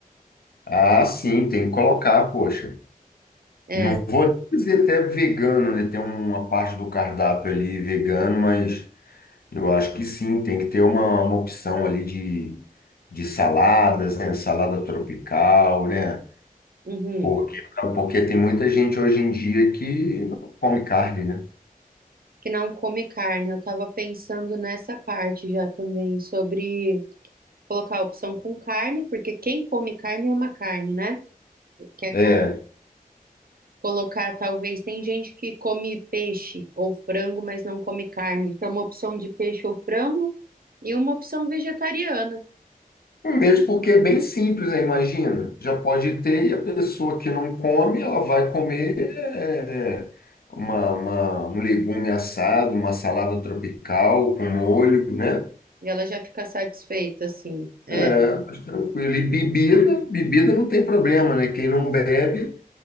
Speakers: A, on the left; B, on the right.
A: Ah, sim, tem que colocar, poxa.
B: é,
A: Não vou dizer até vegano, né? Tem uma parte do cardápio ali vegano, mas Eu acho que sim, tem que ter uma, uma opção ali de, de saladas, né? Salada tropical, né?
B: uhum,
A: Porque, porque tem muita gente hoje em dia que não come carne, né?
B: que não come carne. Eu estava pensando nessa parte já também sobre colocar a opção com carne, porque quem come carne ama carne, né? Quer
A: É,
B: carne. Colocar, talvez, tem gente que come peixe ou frango, mas não come carne. Então, uma opção de peixe ou frango e uma opção vegetariana.
A: mesmo porque é bem simples, né? Imagina, já pode ter e a pessoa que não come, ela vai comer é, uma, uma- um legume assado, uma salada tropical com molho, né?
B: E ela já fica satisfeita, assim. É,
A: É, mas tranquilo. E bebida, bebida não tem problema, né? Quem não bebe